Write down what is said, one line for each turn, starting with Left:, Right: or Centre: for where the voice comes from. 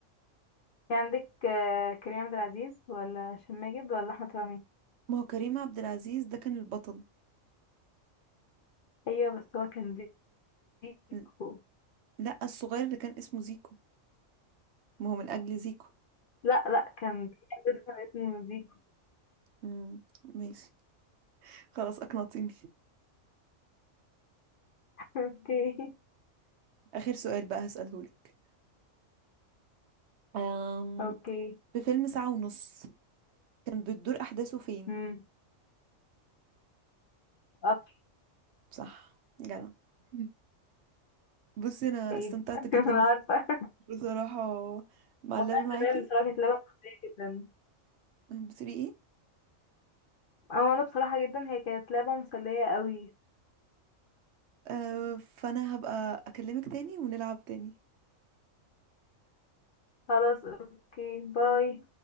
Left: في عندك آه، كريم عبد العزيز ولا هشام ماجد ولا احمد فهمي
Right: ما هو كريم عبد العزيز ده كان البطل
Left: ايوه بس هو كان زيكو
Right: ل- لا الصغير اللي كان اسمه زيكو ما هو من اجل زيكو
Left: لا لا كان كان اسمه زيكو
Right: امم ماشي خلاص اقنعتيني
Left: <laughs> اوكي
Right: اخر سؤال بقى هسألهولك أم...
Left: اوكي
Right: في فيلم ساعة ونص كان بتدور احداثه فين
Left: امم قطر
Right: صح جدع <laughs> مم. بصي انا
Left: طيب
Right: استمتعت جدا
Left: <laughs> انا
Right: بس-
Left: عارفه <laughs>
Right: بصراحة مع
Left: والله
Right: اللعب معاكي
Left: تمام بصراحه كانت لعبه مسليه جدا
Right: بتقولي ايه
Left: او انا بصراحه جدا هي كانت لعبه مسليه قوي
Right: أه فانا هبقى اكلمك تاني ونلعب تاني
Left: خلاص اوكي باي